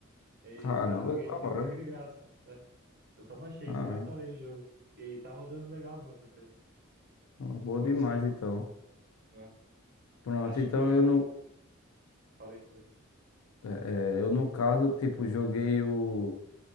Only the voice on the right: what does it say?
E
eu consegui,
eu consegui de graça. É. Eu só baixei,
só instalei o jogo. E tá rodando legal no meu PC.
Foi
o cinco
né?
Acho
que ela.
Falei, falei.